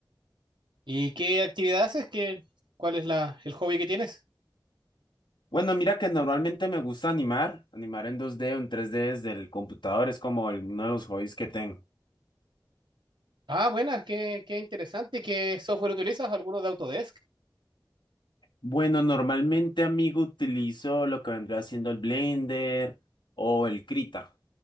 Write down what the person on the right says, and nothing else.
¿Y qué actividad haces? ¿Qué, cuál es la, el hobby que tienes?
Ah, buenas, qué, qué interesante. ¿Qué software utilizas? ¿Alguno de Autodesk?